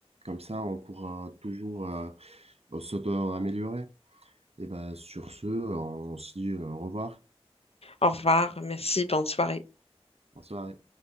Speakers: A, on the right (about 80°); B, on the left (about 75°).
A: Comme ça, on pourra toujours euh, s'auto-améliorer. Et ben sur ce, on se dit euh, au revoir.
B: au revoir, merci, bonne soirée.
A: Bonsoir.